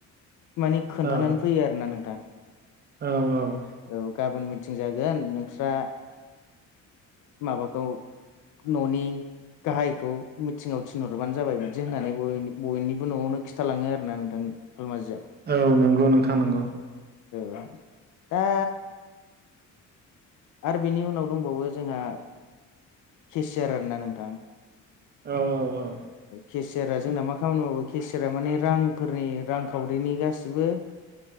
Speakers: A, on the left; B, on the right.
A: माने खोन्थानानै
B: औ
A: फैयो आरो ना नोंथां।
B: औ औ
A: औ गाबोन मिथिं जागोन नोंस्रा माबाखौ न'नि गाहायखौ मिथिङाव थिनहरबानो जाबाय बिदि होननानै बय बयनिबो न'आवनो खिन्थालाङो आर ना नोंथां हालमाजिया।
B: औ नंगौ नोंथां नंगौ।
A: औ दा आरो बिनि उनाव दंबावो जोंहा केसियार आर ना नोंथां?
B: औ औ औ।
A: केसियारा जोंना मा खामानि मावो केसियारा माने रांफोरनि रांखावरिनि गासिबो